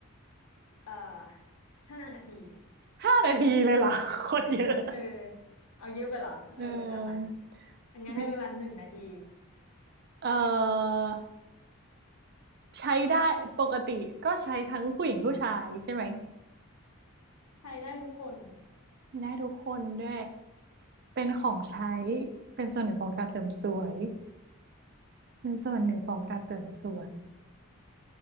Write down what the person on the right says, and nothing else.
ห้านาทีเลยเหรอ <laughs> โคตรเยอะ
เออ
อืมเออใช้ได้ปกติก็ใช้ทั้งผู้หญิงผู้ชายใช่ไหม
ได้ทุกคนด้วยเป็นของใช้เป็นส่วนหนึ่งของการเสริมสวยเป็นส่วนหนึ่งของการเสริมสวย